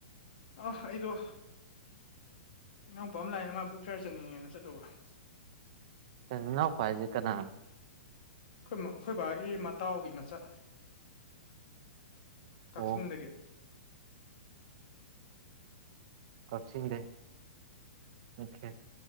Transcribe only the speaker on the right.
ꯅꯅꯥꯎꯄ ꯍꯥꯏꯖ ꯀꯅꯥꯅꯣ ꯫
ꯑꯣ
ꯀꯛꯆꯤꯡꯗꯒꯤ ꯑꯣꯀꯦ